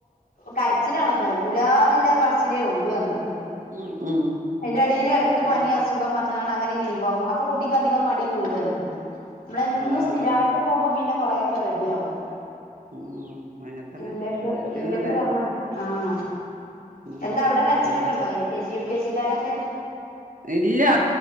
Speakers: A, on the left; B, on the right.
A: കരച്ചിലാണ് പോകും കൂല ന്നുല്ല പറച്ചിലേ ഉള്ളു അങ്ങൾക്ക്
B: ഉം ഉം
A: അയിന്റെ എടേൽ ഇടക്ക് പനി
B: അങ്ങനെ
A: അസുഖം പറഞ്ഞ്കൊണ്ട് അങ്ങനെ ലീവ് ആകും അപ്പൊ കുട്ടിക്ക് അധികം മടി കൂടാണ് നമ്മളെന്നും
B: ആഹ്
A: സ്ഥിരായിട്ട് പോകുമ്പോ പിന്നെ കൊറെ ഒക്കെ റെഡി ആവും
B: ഉം അങ്ങനെ തന്നെ
A: ഇല്ലെങ്ക
B: എല്ലാർക്കും
A: ഇല്ലെങ്കിൽ പറഞ്ഞാ ആഹ
B: ഉം
A: എന്താ അവിടെ കരച്ചിലൊക്കെ
B: നട
A: ഉണ്ടോ N K G U K ജിക്കാരൊക്കെ
B: ഇല്ല